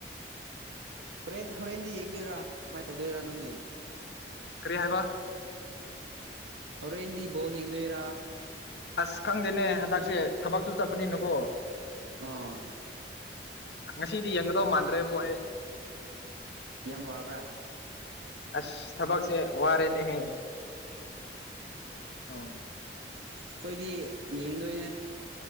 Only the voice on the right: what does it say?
ꯍꯣꯔꯦꯟꯍꯣꯔꯦꯟꯗꯤ ꯌꯦꯡꯗꯣꯏꯔꯥ ꯀꯝꯃꯥꯏ ꯇꯧꯗꯣꯏꯔꯥ ꯅꯪꯗꯤ
ꯍꯧꯔꯦꯟꯗꯤ ꯕꯣꯜꯌꯦꯡꯗꯣꯏꯔꯥ
INAUDIBLE
ꯌꯥꯝ ꯋꯥꯕ꯭ꯔꯥ
ꯑꯩꯈꯣꯏ ꯗꯤ ꯌꯦꯡꯗꯣꯏꯅꯦ